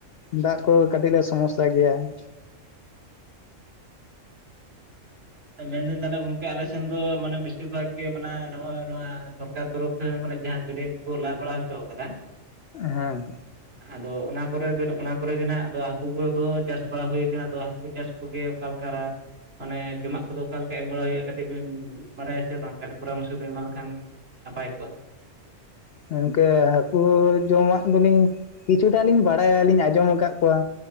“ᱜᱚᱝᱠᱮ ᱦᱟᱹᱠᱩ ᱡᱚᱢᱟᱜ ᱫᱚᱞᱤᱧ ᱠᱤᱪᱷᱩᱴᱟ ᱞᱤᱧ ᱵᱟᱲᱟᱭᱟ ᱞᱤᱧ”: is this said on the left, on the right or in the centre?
Left